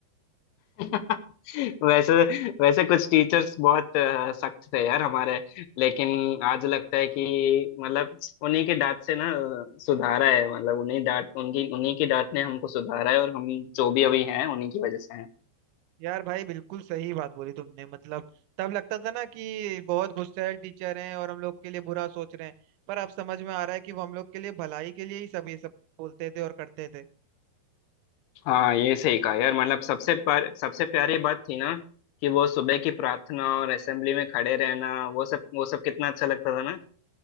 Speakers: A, on the left (about 80°); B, on the right (about 80°).
A: <laughs> वैसे वैसे कुछ टीचर्स बहुत अ, सख्त थे यार हमारे लेकिन आज लगता है कि मतलब उन्हीं की डांट से ना अ, सुधारा है मतलब उन्हीं डांट उनकी उन्हीं की डांट ने हमको सुधारा है और हम जो भी अभी हैं उन्हीं की वजह से हैं
B: यार भाई बिल्कुल सही बात बोली तुमने मतलब तब लगता था ना कि बहुत गुस्सैल टीचर हैं और हम लोग के लिए बुरा सोच रहे हैं पर अब समझ में आ रहा है कि वो हम लोग के लिए भलाई के लिए ही सब ये सब बोलते थे और करते थे
A: हाँ ये सही कहा यार मतलब सबसे प्यार, सबसे प्यारी बात थी ना कि वो सुबह की प्रार्थना और असेंबली में खड़े रहना वो सब वो सब कितना अच्छा लगता था ना